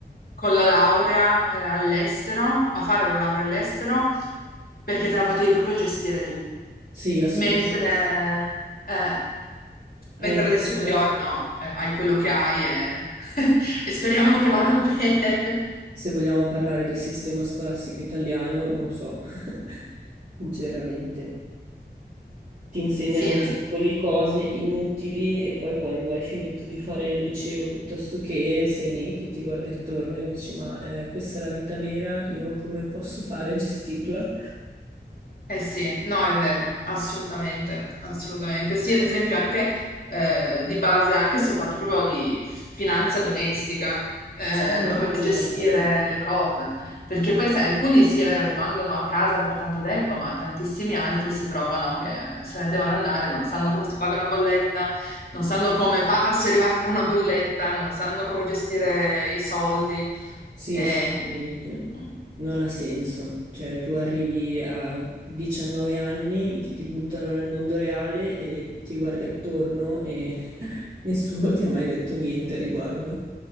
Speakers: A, on the left (about 55°); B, on the right (about 45°).
A: con la laurea, eh, all'estero, a fare la laurea all'estero, perché te la potevi proprio gestire tu.
B: Sì, assolutamente.
A: Mentre, eh, mentre
B: Hai un
A: alle
B: sacco-
A: superiori no, cioè hai quello che hai e, <laughs> e speriamo che vada bene.
B: Se vogliamo parlare del sistema scolastico italiano, non so, <laughs> sinceramente. ti insegnano
A: Sì,
B: un sacco di cose inutili e poi quando hai finito di fare il liceo piuttosto che sei lì che ti guardi attorno e dici ma eh, questa è la vita vera, io come posso fare a gestirla?
A: Eh sì, no, è vero, assolutamente, assolutamente. Sì, ad esempio anche eh, di base, anche soltanto proprio di finanza domestica, eh,
B: Sì,
A: come
B: assolutamente.
A: gestire le cose. Perché poi, sai, alcuni sì, è vero, rimangono a casa per tanto tempo, ma tantissimi altri si trovano che se ne devono andare, non sanno come si paga una bolletta, non sanno come farsi arrivare una bolletta, non sanno come gestire i soldi.
B: Sì,
A: Eh,
B: assolutamente.
A: mm,
B: Non ha senso. Cioè, tu arrivi a 19 anni che ti buttano nel mondo reale e ti guardi attorno e <laughs> nessuno ti ha mai detto niente a riguardo.